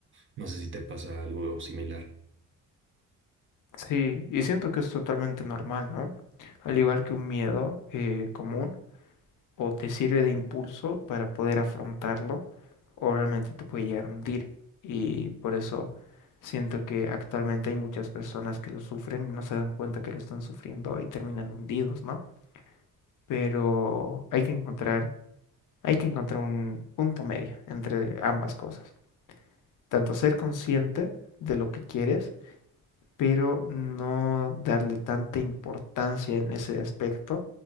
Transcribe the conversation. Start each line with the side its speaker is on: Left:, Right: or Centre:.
Right: No sé si te pasa algo similar.
Left: Sí, y siento que es totalmente normal, ¿no? Al igual que un miedo eh, común o te sirve de impulso para poder afrontarlo o realmente te puede llegar a hundir. Y por eso siento que actualmente hay muchas personas que lo sufren y no se dan cuenta que lo están sufriendo y terminan hundidos, ¿no? Pero hay que encontrar, hay que encontrar un punto medio entre ambas cosas. Tanto ser consciente de lo que quieres, pero no darle tanta importancia en ese aspecto